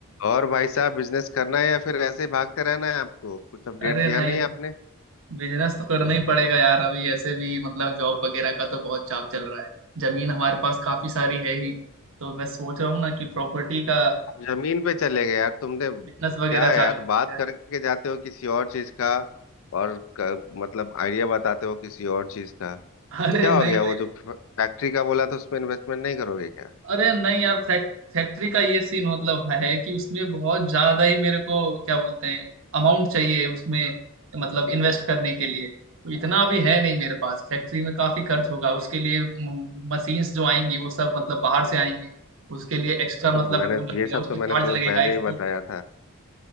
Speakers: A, on the left (about 65°); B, on the right (about 60°).
A: और भाई साहब बिजनेस करना है या फिर ऐसे ही भागते रहना है आपको कुछ अपडेट
B: अरे
A: दिया
B: नहीं
A: नहीं आपने
B: बिजनेस तो करना ही पड़ेगा यार अभी ऐसे भी मतलब जॉब वगैरह का तो बहुत चाप चल रहा है जमीन हमारे पास काफी सारी है ही तो मैं सोच रहा हूँ ना कि प्रॉपर्टी का
A: जमीन पे चले गए यार तुमने
B: बिजनेस वगैरह
A: क्या यार
B: चालू किया
A: बात
B: जाए
A: करके जाते हो किसी और चीज का और क, मतलब आइडिया बताते हो किसी और चीज का
B: <laughs> अरे
A: क्या
B: नहीं
A: हो गया
B: भाई
A: वो जो फैक्ट्री का बोला था उसमें इन्वेस्टमेंट नहीं करोगे क्या
B: अरे नहीं यार फैक, फैक्ट्री का ये सीन मतलब है कि उसमें बहुत ज्यादा ही मेरे को क्या बोलते हैं अमाउंट चाहिए उसमें मतलब इन्वेस्ट करने के लिए तो इतना अभी है नहीं मेरे पास फैक्ट्री में काफी खर्च होगा उसके लिए मशीन्स जो आएंगी वो सब मतलब बाहर से आएंगी उसके लिए एक्स्ट्रा
A: तो
B: मतलब
A: मैंने
B: वो लगेगा
A: ये सब
B: उसका
A: तो मैंने
B: चार्ज
A: तुम्हें
B: लगेगा
A: पहले
B: एक्सपोर्ट
A: ही बताया था